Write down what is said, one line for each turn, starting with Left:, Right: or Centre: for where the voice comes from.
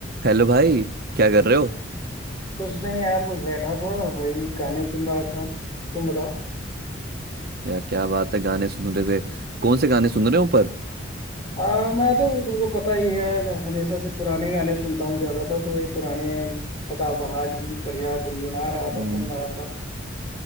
Right: Hello भाई क्या कर रहे हो
Left: कुछ नहीं यार बस बैठा था वही गाने सुन रहा था तुम बताओ
Right: यार क्या बात है गाने सुन रहे थे कौन से गाने सुन रहे हो पर
Left: आ, मैं तो तुमको पता ही है ज- हमेशा से पुराने गाने सुनता हूँ ज्यादातर तो वही पुराने सदाबहार गीत बढ़िया गुनगुना रहा
Right: हम्म,
Left: था सुन रहा था